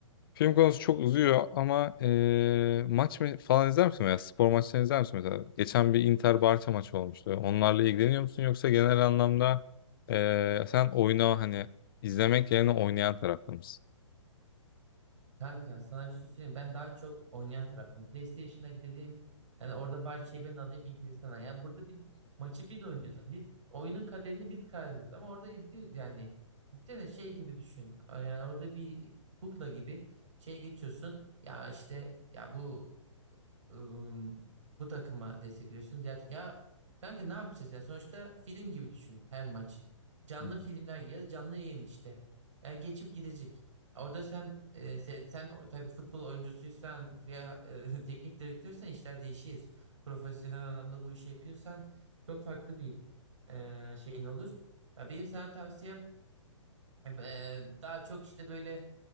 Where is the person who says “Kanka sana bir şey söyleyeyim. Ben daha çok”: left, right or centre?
Right